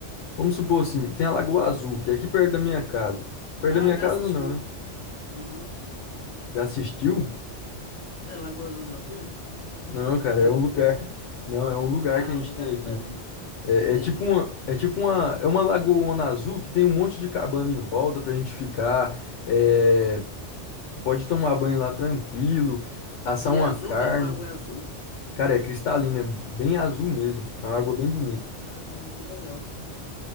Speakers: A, on the left (about 85°); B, on the left (about 55°).
A: Vamos supor assim, tem a Lagoa Azul, que é aqui perto da minha casa. Perto
B: Ah,
A: da minha
B: eu já
A: casa
B: assisti.
A: não, né?
B: Uhum.
A: Já assistiu?
B: É Lagoa Azul não é o filme?
A: Não, cara,
B: É
A: é
B: o
A: um
B: do
A: lugar.
B: filme?
A: <laughs> Não, é um lugar
B: Ah,
A: que a
B: é
A: gente
B: um lugar
A: tem
B: diferente.
A: aqui. É,
B: Entendi.
A: é tipo uma, é tipo uma, é uma lagoona azul que tem um monte de cabana em volta pra gente ficar. é, pode tomar banho lá tranquilo, assar
B: E
A: uma
B: é azul
A: carne.
B: mesmo? A água é azul?
A: Cara, é cristalina, é bem azul mesmo. É uma água bem bonita.
B: Caramba, que legal.